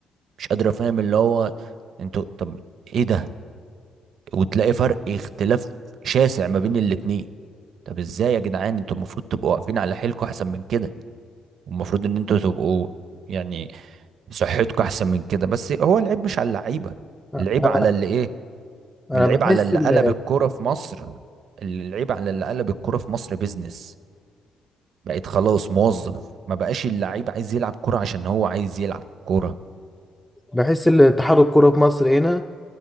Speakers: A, on the right; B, in the centre.
A: مش قادره فاهم اللي هو انتوا طب ايه ده وتلاقي فرق اختلاف شاسع ما بين الاتنين طب ازاي يا جدعان انتوا المفروض تبقوا واقفين على حيلكوا احسن من كده والمفروض ان انتوا تبقوا يعني صحتكوا احسن من كده بس هو العيب مش على اللعيبه
B: انا
A: العيب على اللي ايه
B: انا
A: العيب
B: بحس
A: على اللي
B: ال...
A: قلب الكوره في مصر العيب على اللي قلب الكوره في مصر بيزنس بقيت خلاص موظف ما بقاش اللعيب عايز يلعب كوره عشان هو عايز يلعب كوره
B: بحس ان اتحاد الكوره في مصر هنا